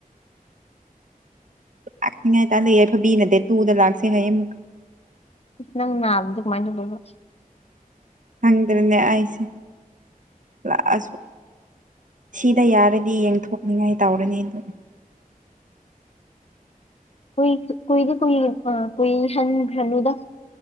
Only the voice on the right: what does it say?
ꯂꯥꯛꯅꯤꯡꯉꯥꯏꯇꯥ ꯂꯩ ꯌꯥꯏ ꯐꯕꯤꯅꯗꯦ ꯇꯨꯗ ꯂꯥꯛꯁꯦ ꯍꯥꯏꯌꯦꯡ ꯑꯃꯨꯛ
ꯍꯪꯗ꯭ꯔꯦꯅꯦ ꯑꯩꯁꯦ ꯂꯥꯛꯑꯁꯨ ꯁꯤꯗ ꯌꯥꯔꯗꯤ ꯌꯦꯡꯊꯣꯛꯅꯤꯉꯥꯏ ꯇꯧꯔꯅꯤ ꯑꯗꯨ